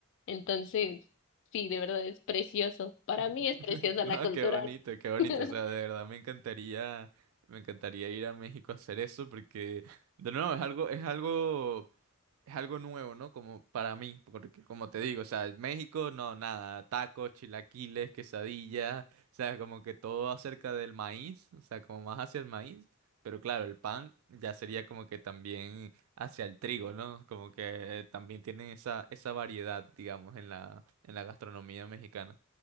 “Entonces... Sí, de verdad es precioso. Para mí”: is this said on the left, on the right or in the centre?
Left